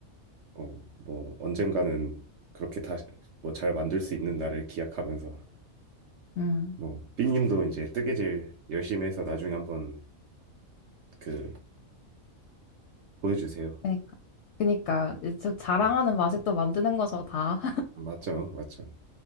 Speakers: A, on the right (about 60°); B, on the left (about 65°).
A: 어, 뭐 언젠가는 그렇게 다시 뭐 잘 만들 수 있는 날을 기약하면서
B: 음.
A: 뭐 삐님도 이제 뜨개질 열심히 해서 나중에 한번 그 보여주세요.
B: 그니까. 그니까 저 자랑하는
A: 음,
B: 맛에 또 만드는 거죠, 다.
A: 맞죠, 맞죠.